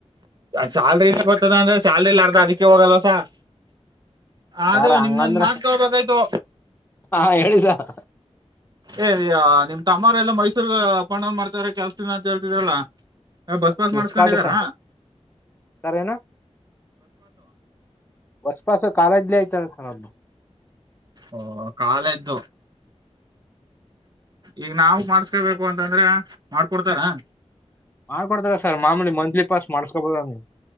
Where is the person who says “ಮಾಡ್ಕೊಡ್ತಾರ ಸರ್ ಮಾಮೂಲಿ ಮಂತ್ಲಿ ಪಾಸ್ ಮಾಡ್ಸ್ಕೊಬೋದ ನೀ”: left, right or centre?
Left